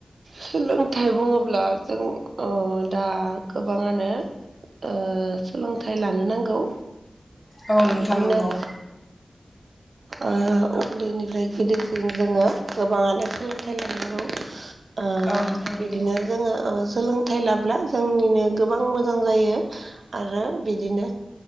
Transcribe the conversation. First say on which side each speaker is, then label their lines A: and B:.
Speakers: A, on the right; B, on the left.
A: सोलोंथाइ बुङोब्ला जों ओ दा गोबाङानो ओ सोलोंथाइ लानो नांगौ
B: औ नोंथां
A: बिदिनो
B: नंगौ
A: अ उन्दैनिफ्राय गिदिरसिन जोङो गोबाङानो सोलोंथाइ लानांगौ ओ
B: औ नोंथां नंगौ
A: बिदिनो जोङो सोलों थाय लाब्ला जोंनिनो गोबां मोजां जायो आरो बिदिनो